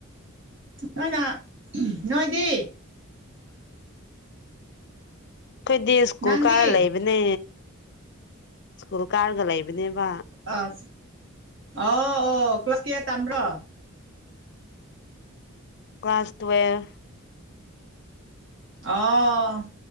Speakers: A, on the right; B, on the left.
A: ꯀꯅ ꯅꯣꯏꯗꯤ
B: ꯑꯩꯈꯣꯏꯗꯤ ꯁ꯭ꯀꯨꯜ
A: ꯅꯪꯗꯤ
B: ꯀꯥꯔꯒ ꯂꯩꯕꯅꯦ ꯁ꯭ꯀꯨꯜ ꯀꯥꯔꯒ ꯂꯩꯕꯅꯦꯕ
A: ꯑꯥ ꯑ ꯑꯣ ꯀ꯭ꯂꯥꯁ ꯀꯌꯥ ꯇꯥꯝꯕ꯭ꯔꯣ
B: ꯀ꯭ꯂꯥꯁ ꯇ꯭ꯨꯋꯦꯞ
A: ꯑꯣ